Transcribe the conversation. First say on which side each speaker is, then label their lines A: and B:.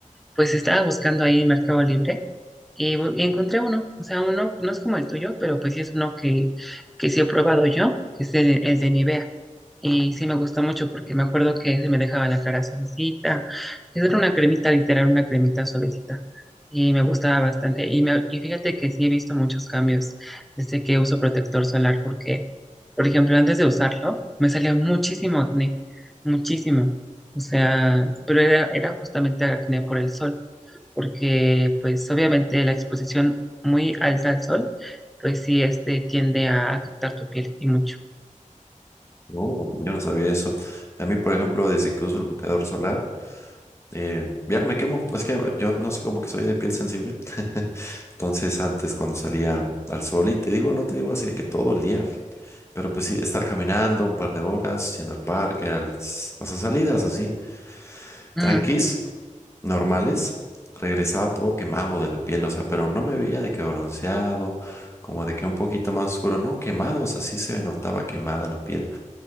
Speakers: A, in the centre; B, on the left.
A: pues estaba buscando ahí en Mercado Libre y, bu- y encontré uno. O sea, uno no es como el tuyo, pero pues sí es uno que, que sí he probado yo, que es el, el de Nivea. Y sí me gustó mucho porque me acuerdo que se me dejaba la cara suavecita. Esa Era una cremita, literal, una cremita suavecita. Y me gustaba bastante. Y, me, y fíjate que sí he visto muchos cambios desde que uso protector solar porque, por ejemplo, antes de usarlo, me salía muchísimo acné, muchísimo. O sea, pero era, era justamente acné por el sol, porque pues obviamente la exposición muy alta al sol, pues sí, este tiende a afectar tu piel y mucho.
B: No, yo no sabía eso. A mí, por ejemplo, desde que uso el bloqueador solar, eh, ya no me quemo. Es que yo no sé cómo que soy de piel sensible. Entonces antes cuando salía al sol, y te digo, no te digo así de que todo el día, pero pues sí, estar caminando un par de horas, yendo al parque, al, o sea, salidas así, tranquis,
A: Mm,
B: normales, regresaba todo quemado de la piel, o sea, pero no me veía de que bronceado, como de que un poquito más oscuro, no, quemados, así se me notaba quemada la piel.